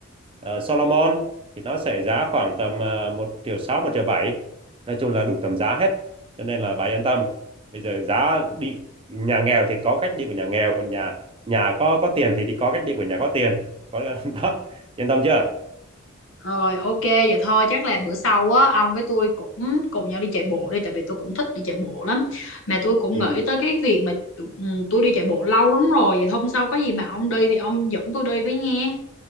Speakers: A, on the right (about 25°); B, on the left (about 75°).
A: Ờ, Solomon thì nó sẽ giá khoảng tầm uh, 1 triệu sáu, một triệu 7. nói chung là đủ tầm giá hết cho nên là bà yên tâm bây giờ giá đi nhà nghèo thì có cách đi của nhà nghèo còn nhà nhà có có tiền thì thì có cách đi của nhà có tiền có <laughs> đó yên tâm chưa
B: Rồi ok vậy thôi chắc là bữa sau á ông với tôi cũng cùng nhau đi chạy bộ đi tại vì tôi cũng thích đi chạy bộ lắm mà tôi cũng
A: ừ.
B: nghĩ tới cái việc mà t- ừ, tôi đi chạy bộ lâu lắm rồi vậy hôm sau có gì mà ông đi thì ông dẫn tôi đi với nghe